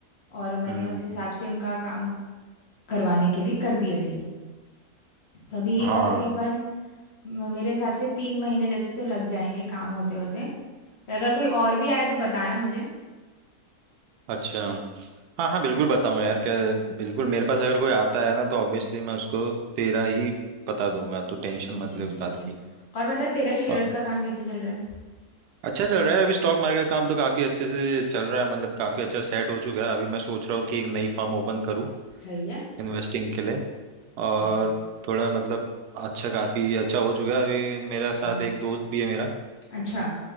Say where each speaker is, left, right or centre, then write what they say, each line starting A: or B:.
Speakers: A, on the left; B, on the right.
A: और मैंने
B: हम्म
A: उस हिसाब से उनका काम करवाने के लिए कर दिया डील तो अभी
B: हाँ
A: तकरीबन म- मेरे हिसाब से तीन महीने जैसे तो लग जाएंगे काम होते होते अगर कोई और भी आए तो बताना मुझे
B: अच्छा हाँ हाँ बिल्कुल बताऊंगा यार क्या बिल्कुल मेरे पास अगर कोई आता है ना तो ऑब्वियसली मैं उसको तेरा ही बता दूंगा तू टेंशन
A: ठीक
B: मत
A: है
B: ले उस
A: ठीक
B: बात
A: है
B: की
A: और बता तेरा शेयर्स
B: और
A: का काम कैसे चल रहा है
B: अच्छा चल रहा है अभी स्टॉक मार्केट का काम तो काफी अच्छे से चल रहा है मतलब काफी अच्छा सेट हो चुका है अभी मैं सोच रहा हूँ कि एक नई फर्म ओपन करूँ
A: सही है
B: इन्वेस्टिंग के लिए और
A: अच्छा
B: थोड़ा मतलब अच्छा काफी अच्छा हो चुका है अभी मेरा साथ
A: हाँ
B: एक दोस्त भी है मेरा
A: अच्छा